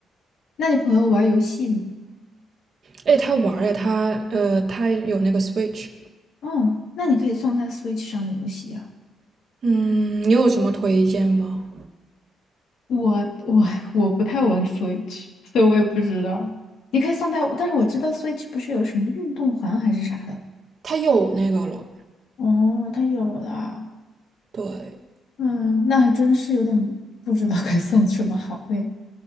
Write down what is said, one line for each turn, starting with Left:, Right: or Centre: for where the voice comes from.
Left: 那你朋友玩游戏吗？
Right: 哎，他玩儿哎，他呃，他有那个 Switch，
Left: 哦，那你可以送他 Switch 上的游戏啊。
Right: 嗯，你有什么推荐吗？
Left: 我我我不太玩 Switch，所以我也不知道。你可以送他，但是我知道 Switch 不是有什么运动环还是啥的。
Right: 他有那个了，
Left: 哦，他有了。
Right: 对。
Left: 嗯，那还真是有点不知道该送什么好嘞。